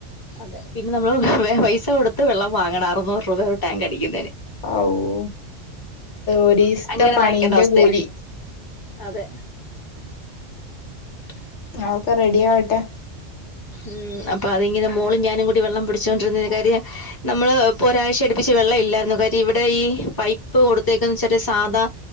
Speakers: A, on the left (about 20°); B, on the left (about 80°).
A: അതെ പിന്നെ നമ്മള് വെ പൈസ കൊടുത്ത് വെള്ളം വാങ്ങണം അറുന്നൂറ് രൂപ ഒരു ടാങ്ക് അടിക്കുന്നതിന്.
B: ആവൂ ഒരീസത്തെ
A: അങ്ങനെ
B: പണീന്റെ
A: വാങ്ങിക്കേണ്ട അവസ്ഥയാ
B: കൂലി.
A: അതെ. <inaudible>
B: ആക്ക റെഡി ആവട്ടെ?
A: ഉം അപ്പൊ അതി ഇങ്ങനെ മോളും ഞാനും കൂടി വെള്ളം പിടിച്ചുകൊണ്ടിരുന്ന കാര്യം നമ്മള് ഇപ്പൊ ഒരാഴ്ച അടുപ്പിച്ച് വെള്ളം ഇല്ലായിരുന്നു കാര്യം ഇവിടെ ഈ പൈപ്പ് കൊടുത്തേക്കന്ന് വെച്ചാ സാധാ